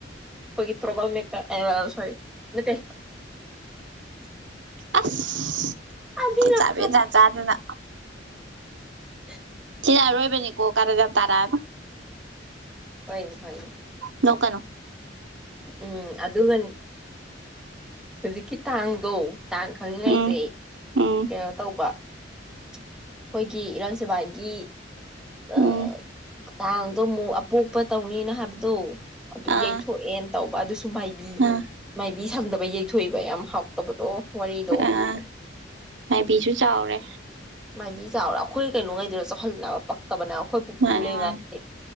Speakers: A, in the centre; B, on the right.
A: ꯍꯒꯤ꯭ꯔꯣꯕꯜ ꯃ ꯍ ꯅꯠꯇ
B: <unintelligible>
A: ꯑꯅꯤꯔꯛ
B: ꯑ ꯆꯥꯕꯦ ꯆ ꯆꯥꯗꯅ
A: ꯍ
B: ꯌꯥ ꯔꯣꯏꯕ ꯅ ꯀꯣ ꯀꯥꯔꯝ ꯇꯥꯔꯥ
A: ꯍꯅꯤ ꯍꯅꯤ
B: ꯅꯣꯀꯅꯨ
A: ꯎꯝ ꯑꯗꯒꯅꯤ ꯍꯧꯖꯤꯛꯀꯤ ꯇꯥꯡꯗꯣ ꯇꯥꯡ ꯈꯪꯅꯤꯡꯉꯥꯏꯖꯩ
B: ꯎꯝ ꯎꯝ
A: ꯀꯩꯅ ꯇꯧꯕ ꯑꯩꯈꯣꯏꯒꯤ ꯏꯔꯥꯡ ꯁꯦꯕꯥꯏꯒꯤ ꯑ
B: ꯎꯝ
A: ꯇꯥꯡꯗꯣ ꯑꯃꯨꯛ ꯑꯄꯣꯛꯄ ꯇꯧꯅꯤꯅ ꯍꯥꯏꯕꯗꯣ ꯑꯗꯨ
B: ꯑꯥ
A: ꯌꯩꯊꯣꯛꯑꯦꯅ ꯇꯧꯕ ꯑꯗꯨ ꯃꯥꯏꯕꯤ
B: ꯑꯥ
A: ꯃꯥꯏꯕꯤ ꯁꯪꯗꯕ ꯌꯩꯊꯣꯛꯏꯕ ꯌꯥꯝ ꯍꯥꯎꯇꯕꯗꯣ ꯋꯥꯔꯤꯗ
B: ꯑꯥ ꯃꯥꯏꯕꯤꯁꯨ ꯆꯥꯎꯔꯦ
A: ꯃꯥꯏꯕꯤ ꯆꯥꯎꯔꯥ ꯑꯩꯈꯣꯏ ꯀꯩꯅꯣꯉꯩꯗꯨꯗ ꯆꯥꯎꯍꯜꯅꯕ ꯇꯕꯅꯦ ꯑꯩꯈꯣꯏ ꯄꯨ
B: ꯃꯥꯅꯦ
A: ꯄꯨꯨ ꯂꯩ ꯉꯥꯏ
B: ꯃꯥꯅꯦ